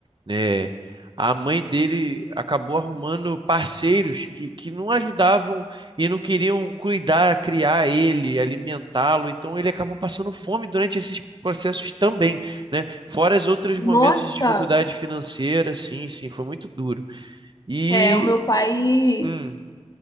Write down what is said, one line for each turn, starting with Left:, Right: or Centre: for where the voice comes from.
Right: né? A mãe dele acabou arrumando parceiros que, que não ajudavam e não queriam cuidar, criar ele, alimentá-lo. Então ele acabou passando fome durante esses processos também, né? Fora os outros
Left: Nossa,
Right: momentos de dificuldade financeira, sim, sim, foi muito duro. E,
Left: é, o meu pai,
Right: hum,